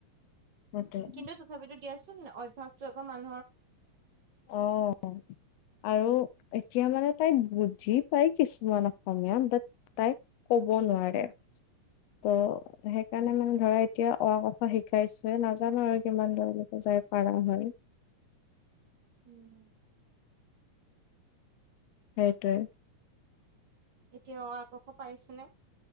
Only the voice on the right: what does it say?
কিন্তু তথাপিতো দিয়া অভ্যাসটো অকমান
উম।
এতিয়া অ আ ক খ পাৰিছেনে?